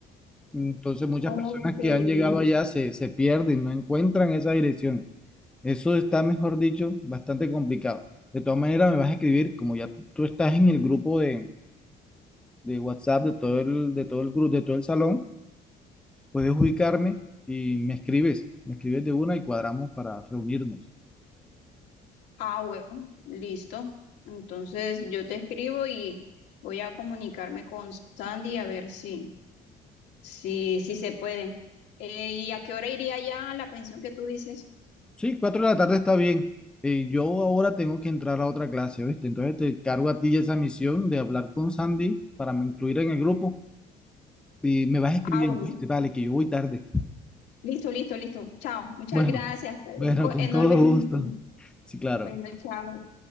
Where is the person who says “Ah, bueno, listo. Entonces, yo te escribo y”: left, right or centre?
Left